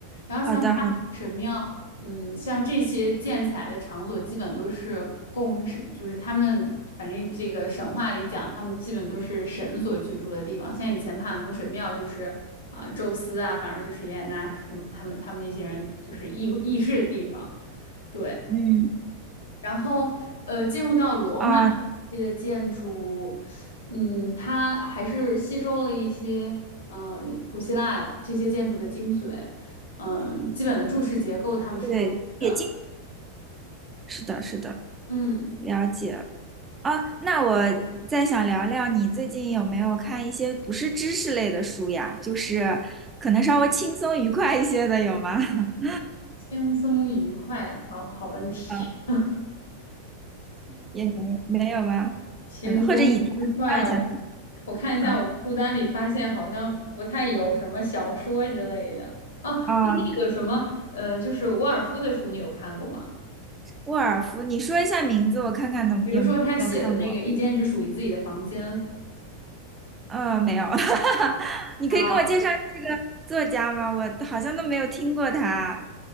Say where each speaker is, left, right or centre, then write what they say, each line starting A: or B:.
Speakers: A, on the left (about 65°); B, on the right (about 20°).
A: 然后像帕神庙，
B: 好的，好的，
A: 嗯，像这些建起来的场所，基本都是供神，就是他们反正这个神话里讲，他们基本都是神所居住的地方。像以前帕农神庙就是啊、宙斯啊，反正就是雅典娜什么他们他们那些人就是议议事的地方。对，
B: 嗯，
A: 然后，呃，进入到罗马时期的建筑物
B: 啊，
A: 嗯，它还是吸收了一些，呃，古希腊这些建筑的精髓，嗯、基本的柱式结构他们是都有的，
B: 对，也进，是的，是的，
A: 嗯，
B: 了解。啊，那我再想聊聊你最近有没有看一些不是知识类的书呀？就是可能稍微轻松愉快一些的，有吗？<laughs>
A: 轻松愉快，好好问题，
B: 嗯
A: <laughs>
B: 也没没有吗？
A: 轻松愉快，
B: 嗯，或者以前，那以前，
A: 我看一下我的书单里，
B: 嗯，
A: 发现好像不太有什么小说之类的。哦，
B: 啊，
A: 那那个什么，呃，就是沃尔夫的书，你有看过吗？
B: 沃尔夫，你说一下名字，我看看能有没有看过。
A: 比如说他写的那个“一间只属于自己的房间”
B: 嗯，没有，<laughs> 你可以给我介绍这个作家吗？
A: 啊，
B: 我好像都没有听过他。